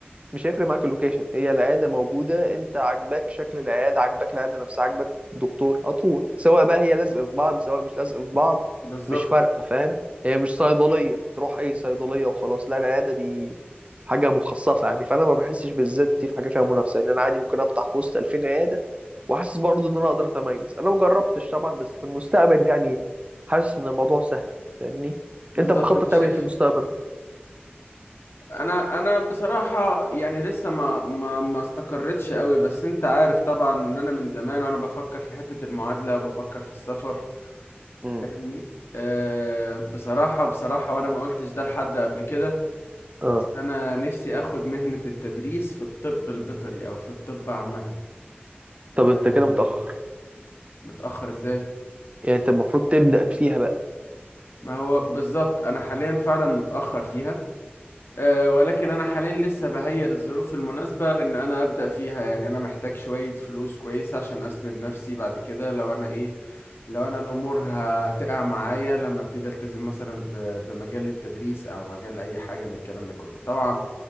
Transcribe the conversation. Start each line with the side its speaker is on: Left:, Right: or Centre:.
Right: مش هيفرق معاك اللوكيشن هي العيادة موجودة انت عاجباك شكل العيادة عاجباك العيادة نفسها عاجباك الدكتور هتروح سواء بقى هي لازقة في بعض سواء مش لازقة في بعض
Left: بالظبط
Right: مش فارقة فاهم هي مش صيدلية تروح أي صيدلية وخلاص لا العيادة دي حاجة مخصصة يعني فأنا ما بحسش بالذات دي في حاجة فيها منافسة إن أنا عادي ممكن أفتح في وسط 2000 عيادة وحاسس برضه ان انا اقدر اتميز انا ما جربتش طبعا بس في المستقبل يعني حاسس ان الموضوع سهل فاهمني
Left: بالظبط
Right: انت بتخطط
Left: انت
Right: تعمل
Left: شايف
Right: ايه في المستقبل
Left: انا انا بصراحه يعني لسه ما ما ما استقرتش قوي بس انت عارف طبعا ان انا من زمان وانا بفكر في حته المعادله وبفكر في السفر
Right: امم
Left: فاهمني أه بصراحه بصراحه وانا ما قلتش ده لحد قبل كده
Right: اه
Left: بس انا نفسي اخد مهنه التدريس في الطب البيطري او في الطب عامه
Right: طب
Left: أه
Right: انت كده متأخر
Left: متاخر ازاي
Right: يعني انت المفروض تبدأ فيها بقى
Left: ما هو بالظبط انا حاليا فعلا متاخر فيها أه، ولكن أنا حاليا لسه بهيئ الظروف المناسبة إن أنا أبدأ فيها يعني أنا محتاج شوية فلوس كويسة عشان أسند نفسي بعد كده لو أنا إيه لو أنا الأمور هتقع معايا لما أبتدي ألتزم مثلا ب- بمجال التدريس أو مجال أي حاجة من الكلام ده كله طبعا